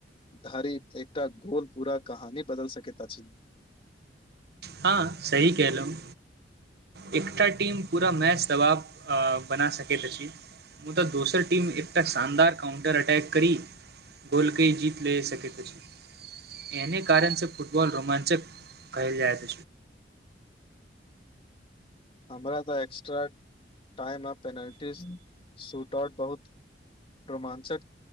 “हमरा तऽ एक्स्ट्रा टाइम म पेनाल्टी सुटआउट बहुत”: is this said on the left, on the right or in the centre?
Left